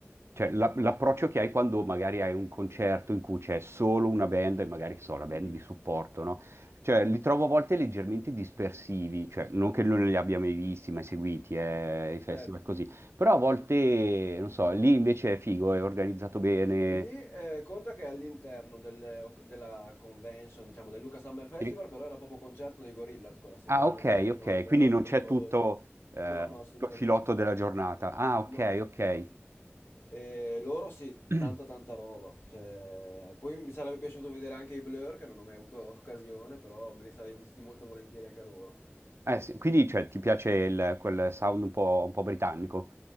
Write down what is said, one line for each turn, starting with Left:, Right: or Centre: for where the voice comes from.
Right: cioè, la- l'approccio che hai quando magari hai un concerto in cui c'è solo una band e magari, che so, la
Left: Mhm,
Right: band di supporto, no? Cioè,
Left: certo,
Right: li trovo a volte leggermente dispersivi, cioè, non
Left: Mhm,
Right: che non li abbia mai visti, mai seguiti, eh, i festival
Left: certo.
Right: così, però a volte, non so, lì invece è figo, è organizzato bene.
Left: Lì eh, conta che all'interno delle- oc- della convention, diciamo, del Luca Summer Festival,
Right: Sì.
Left: però era proprio concerto dei Gorillaz quella sera,
Right: Ah, ok,
Left: non è che c'erano
Right: ok,
Left: altre
Right: quindi
Left: cose
Right: non
Left: prima
Right: c'è tutto,
Left: o dopo.
Right: eh,
Left: No, no, assolutamente.
Right: tutto il filotto della giornata. Ah,
Left: No.
Right: ok, ok.
Left: E loro sì,
Right: <clears throat>
Left: tanta tanta roba. Cioè, poi mi sarebbe piaciuto vedere anche i Blur, che non ho mai avuto occasione, però me li sarei visti molto volentieri anche loro.
Right: Eh, sì, quindi cioè, ti piace il- quel sound un po', un po' britannico?